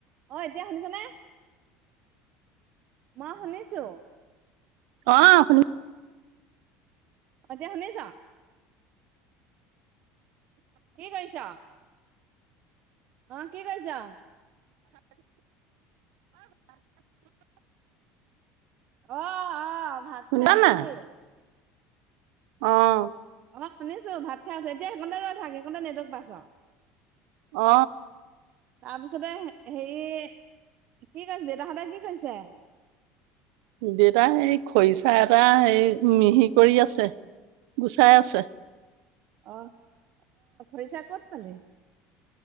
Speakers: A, on the right (about 40°); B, on the right (about 75°).
A: অ এতিয়া শুনিছনেে মই শুনিছো
B: অ আপুনি
A: তিয়া শুনিছ কি কৰিৈছা অ কি কৰিছ অ অ ভাত
B: শুনিছা
A: খাই উছিলি
B: নাই? অ
A: অ শুনিছো ভাত খাই উঠে এতিয়া সেইকতে ৰৈ থাক সেইকতে নেটক পাছ
B: অ
A: তাৰপিছতে হেৰি কি কৈছে দেউতাহঁতে কি কৈছে
B: দেউতা এইেই খৰিচা এটা হ মিহি কৰি আছে গুচাই আছে
A: অ আহ খৰিচা ক'ত পালি